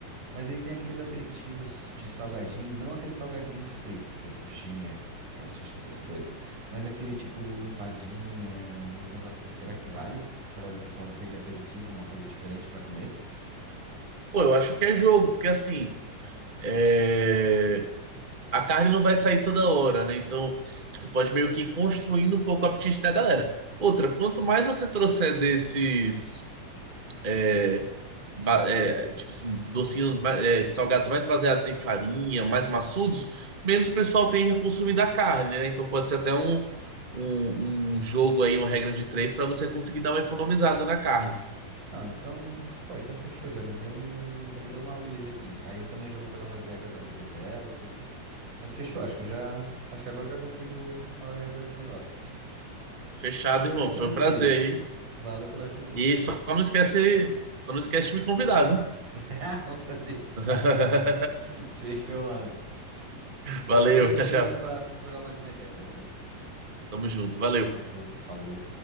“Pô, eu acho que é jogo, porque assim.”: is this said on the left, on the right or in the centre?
Right